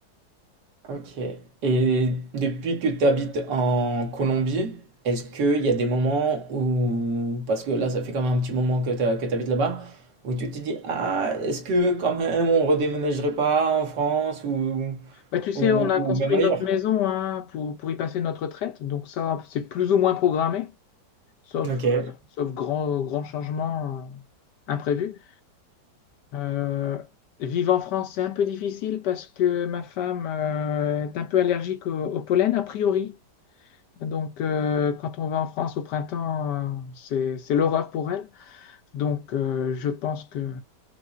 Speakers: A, on the right; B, on the left.
A: ok. Et depuis que tu habites en Colombie, est-ce qu'il y a des moments où, parce que là, ça fait quand même un petit moment que tu habites là-bas, où tu te dis, ah, est-ce que quand même on redéménagerait pas en France ou,
B: Bah, tu sais,
A: ou,
B: on a
A: ou
B: construit
A: même ailleurs?
B: notre maison hein, pour, pour y passer notre retraite. Donc ça, c'est plus ou moins programmé, sauf,
A: Ok,
B: euh, sauf grand, grand changement euh, imprévu. Euh, vivre en France, c'est un peu difficile parce que ma femme euh, est un peu allergique au, au pollen, a priori. Donc, euh, quand on va en France au printemps, euh, c'est, c'est l'horreur pour elle. Donc, euh, je pense que